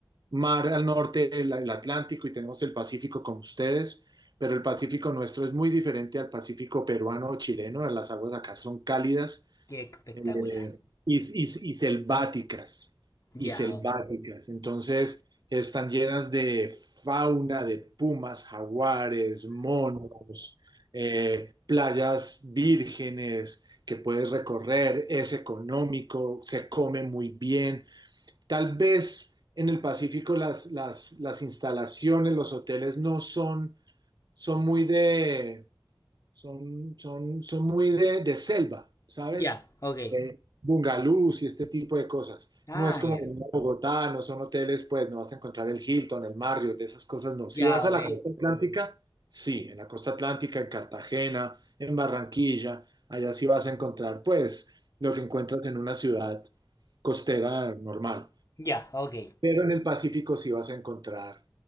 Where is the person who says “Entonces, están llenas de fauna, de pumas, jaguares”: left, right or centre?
Right